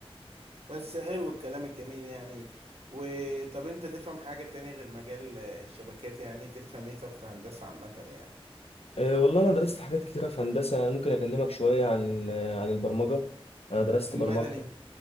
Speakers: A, on the right; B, on the left.
A: بس حلو الكلام الجميل يعني وطب انت تفهم حاجة تانية غير مجال آه، الشبكات يعني تفهم ايه طب في هندسة عامة يعني
B: أه، والله انا درست حاجات كتيره في هندسه يعني انا ممكن اكلمك شويه عن ال- عن البرمجه انا درست
A: المدني
B: برمجه